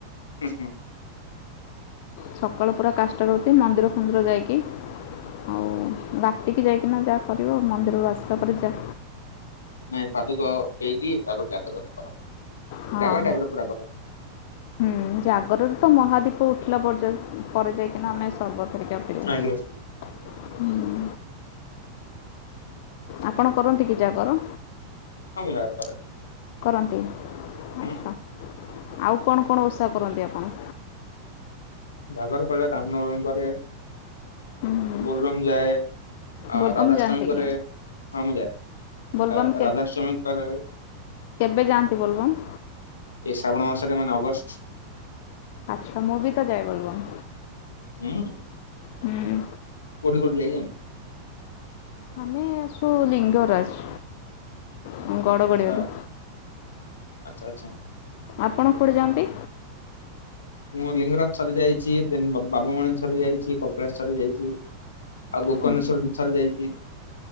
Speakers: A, on the left; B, on the left.
A: ହୁଁ ହୁଁ।
B: ସକାଳୁ ପୁରା କାଷ୍ଟ ରହୁଥି ମନ୍ଦିର ଫନ୍ଦିର ଯାଇକି ଆଉ ରାତିକି ଯାଇକିନା ଯାହା କରିବ ମନ୍ଦିରରୁ ଆସିବା ପରେ ଯା
A: ନାଇଁ ପାଦୁକ ଦେଇକି ତାପରେ ଜାତ କତ କରନ୍ତି।
B: ହଁ,
A: ଜାଗର ଟାଇପ
B: ହଁ।
A: ର ପୁରା କରନ୍ତି।
B: ହୁଁ ଜାଗରରେ ତ ମହାଦୀପ ଉଠିଲା ପର୍ଯ୍ୟ ପରେ ଯାଇକିନା ଆମେ ସର୍ବ ହେରିକା ପିଉ ହୁଁ।
A: ଆଜ୍ଞା
B: ଆପଣ କରନ୍ତି କି ଜାଗର?
A: <unintelligible>
B: କରନ୍ତି
A: ହୁଁ।
B: ଆଚ୍ଛା ଆଉ କଣ କଣ ଓଷା କରନ୍ତି ଆପଣ?
A: ଜାଗର କଲେ ରାମନବମୀ କରେ
B: ହୁଁ ହୁଁ
A: ବୋଲବମ ଯାଏ। ଆ
B: ବୋଲବମ୍
A: ରାଧାଷ୍ଟମୀକରେ
B: ଯାଆନ୍ତି କି
A: ହଁ ମୁଁ ଯାଏ
B: ବୋଲବମ୍
A: ଆ
B: କେ
A: ରାଧାଷ୍ଟମୀ କରେ।
B: କେବେ ଯାଆନ୍ତି ବୋଲବମ୍?
A: ଏଇ ଶ୍ରାବଣ ମାସରେ ମାନେ ଅଗଷ୍ଟ।
B: ଆଚ୍ଛା ମୁଁ ବିି ତ ଯାଏ ବୋଲବମ୍।
A: ହୁଁ।
B: ହୁଁ।
A: କଉଠି କୋଠି ଯାଇଛନ୍ତ?
B: ଆମେ ଆସୁ ଲିଙ୍ଗରାଜ। ହ ଗଡ଼ଗଡ଼ିଆରୁ
A: ଆଚ୍ଛା ଆଚ୍ଛା ଆଚ୍ଛା।
B: ଆପଣ କୁଆଡେ ଯାଆନ୍ତି?
A: ମୁଁ ଲିଙ୍ଗରାଜ ଥରେ ଯାଇଛି ଦେନ ବାବୁମଣେଶ୍ୱର ଥରେ ଯାଇଛି କପିଳାଶ ଯାଇଛି। ଆଉ ଗୋକନେଶ୍ଵର
B: ହୁଁ
A: ଦିଥର ଯାଇଛି।